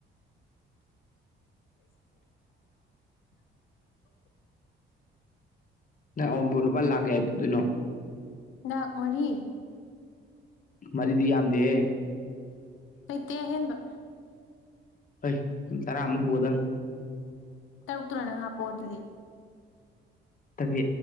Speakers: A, on the left; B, on the left.
A: <inaudible>
B: ꯅꯪ ꯑꯎꯨꯟꯄꯣꯠ ꯂꯨꯄꯥ ꯂꯥꯛ ꯀꯌꯥꯒꯤ ꯄꯨꯗꯣꯏꯅꯣ
A: ꯂꯥꯛ ꯃꯔꯤ
B: ꯃꯔꯤꯗꯤ ꯌꯥꯝꯗꯦꯍꯦ
A: ꯂꯩꯇꯦ ꯑꯍꯦꯟꯕ
B: ꯍꯩ ꯇꯔꯥꯃꯨꯛ ꯄꯨꯒꯗꯧꯅꯦ
A: ꯇꯔꯨꯛ ꯇꯨꯅ ꯅꯪ ꯍꯥꯄꯛꯑꯣ ꯑꯗꯨꯗꯤ
B: ꯇꯕꯤ